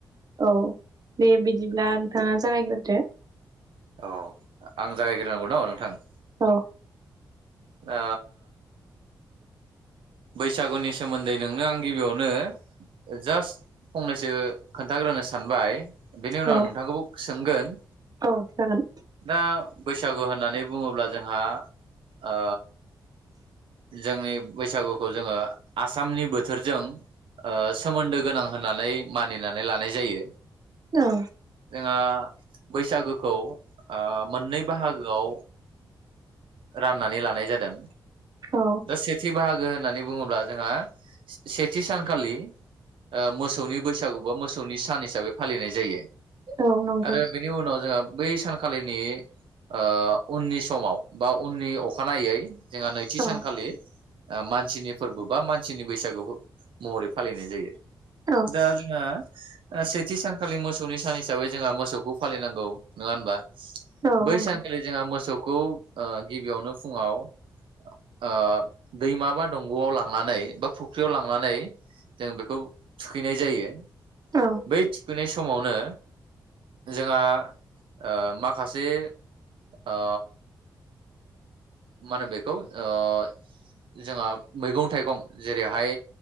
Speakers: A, on the right; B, on the right.
A: औ दे बिदिब्ला नोंथांङा जागायग्रोदो।
B: औ आं जागायग्रोनांगौ न नोंथां
A: औ
B: ओ बैसागुनि सोमोन्दै नोंनो आं गिबियावनो जास्ट फंनैसो खोन्थाग्रोनो सानबाय। बेनि उनाव
A: औ
B: नोंथांखौबो सोंगोन
A: औ जागोन
B: दा बैसागु होननानै बुंङोब्ला जोंहा ओ जोंनि बैसागु खौ जोंङो आसामनि बोथोरजों ओ सोमोन्दो गोनां होननानै मानिनानै लानाय जायो।
A: औ
B: जोंहा बैसागोखौ ओ मोननै बाहागोआव राननानै लानाय जादों
A: औ
B: दा सेथि बाहागो होननानै बुङोब्ला जोंहा सेथि सानखालि मोसौनि बैसागु बा मोसौनि सान हिसाबै फालिनाय जायो
A: औ नंगौ
B: आरो बेनि उनाव जोंहा बै सानखालिनि ओ उननि समाव बा उननि अखानायै जोंहा नैथि
A: औ
B: सानखालि ओ मान नसिनि फोरबो बा मानसिनि बैसागु महरै फालिनाय जायो
A: औ
B: दा जोंहा सेथि सानखालि मोसौनि सान हिसाबै जोंहा मोसौखौ फालिनांगौ नङा होमबा
A: औ
B: बै
A: नंगौ
B: सानखालि जोंहा मोसौखौ ओ गिबियावनो फुंआव ओ दैमा बा दंग'आव लांनानै बा फुख्रियाव लांनानै जों बेखौ थुखैनाय जायो
A: औ
B: बै थुखैनाय समावनो जोंहा ओ माखासे ओ मा होनो बेखौ ओ जोंहा मैगं थाइगं जेरैहाय